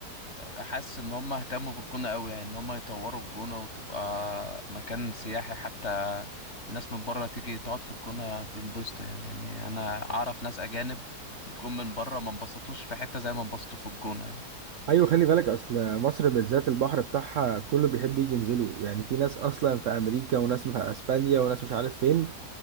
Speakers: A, on the left (about 40°); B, on the right (about 65°).
A: حاسس ان هم اهتموا بالجونة قوي يعني ان هم يطوروا الجونة وتبقى مكان سياحي حتى الناس من بره تيجي تقعد في الجونة بينبسطوا يعني يعني انا اعرف ناس اجانب جم من بره ما انبسطوش في حتة زي ما انبسطوا في الجونة يعني.
B: ايوه خلي بالك اصل مصر بالذات البحر بتاعها كله بيحب يجي ينزله يعني في ناس اصلا في امريكا وناس في اسبانيا وناس مش عارف فين